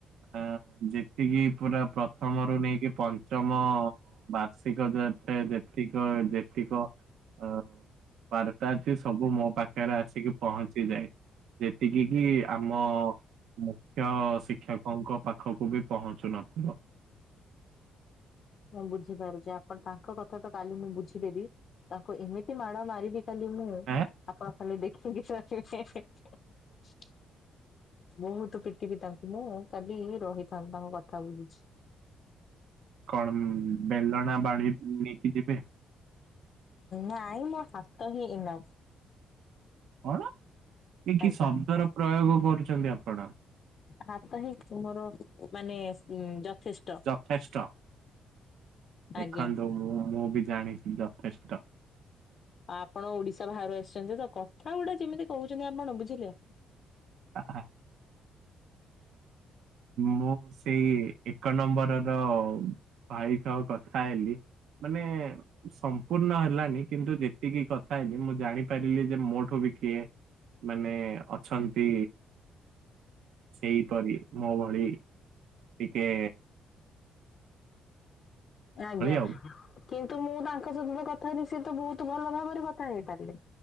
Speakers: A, on the right; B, on the left.
A: ଅଁ ଯି ତିକି ପୁରା ପ୍ରଥମରୁ ନେଇକି ପଞ୍ଚମ ବାର୍ଷିକ ଯେତେ ଯେତିକ ଯେତିକ ଅ-ଅ ବାର୍ତ୍ତା ଅଛି ସବୁ ମୋ ପାଖରେ ଆସିକି ପହଞ୍ଚିଯାଏ। ଯେତିକି କିି ଆମ ମୁଖ୍ୟ ଶିକ୍ଷକଙ୍କ ପାଖକୁ ବି ପହଞ୍ଚୁ ନଥିବ।
B: ମୁଁ ବୁଝିପାରୁଛି ଆପଣ ତାଙ୍କ କଥା ତ କାଲି ମୁଁ ବୁଝିଦେବି ତାଙ୍କୁ ଏମିତି ମାଡ ମାରିବି କାଲି ମୁଁ
A: ଆଁ
B: ଆପଣ ଖାଲି ଦେଖିକିି <unintelligible> ବୋହୁତୁ ପିଟିବି ତାଙ୍କୁ ମୁଁ କାଲି ରହିଥାନ୍ତ ତାଙ୍କ କଥା ବୁଝୁଛି।
A: କଣ ଉଁ ବେଲଣା ବାଡି ନେଇକି ଯିବେ।
B: ନାଇଁ ମୋ ହାତ ହିଁ ଏନଫ୍।
A: କଣ ଇଏ
B: ଆଜ୍ଞା।
A: କି ଶବ୍ଦର ପ୍ରୟୋଗ କରୁଛନ୍ତି ଆପଣ।
B: ହାତ ହିଁ ତୁ ମୋର ମାନେ ସ୍ ଉଁ ଯଥେଷ୍
A: ଯଥେଷ୍ଟ ଦେଖନ୍ତୁ
B: ଆଜ୍ଞା।
A: ମୁଁ ମୁଁ ବି ଜାଣିଛି ଯଥେଷ୍ଟ।
B: ଆଉ ଆପଣ ଓଡିଶା ବାହାରୁ ଆସିଛନ୍ତି ତ କଥା ଗୁଡା ଯେମିତି କହୁଛନ୍ତି ଆପଣ ବୁଝିଲେ।
A: ଆ ହା ହା। ମୁଁ ସେଇ ଏକ ନମ୍ବରର ଭାଇ ସହ କଥା ହେଲି ମାନେ ସମ୍ପୂର୍ଣ୍ଣ ହେଲାନି କିନ୍ତୁ ଯେତିକି କଥା ହେଲି ମୁଁ ଜାଣିପାରିଲି ଯେ ମୋଠୁ ବି କିଏ ମାନେ ଅଛନ୍ତି ସେଇପରି ମୋ ଭଳି ଟିକେ
B: ଆଜ୍ଞା
A: ଆଉ
B: କିନ୍ତୁ ମୁଁ ତାଙ୍କ ସେଦିନ କଥା ହେଇଥିଲି ସିଏ ତ ବୋହୁତୁ ଭଲ ଭାବରେ କଥା ହେଇପାରିଲେ।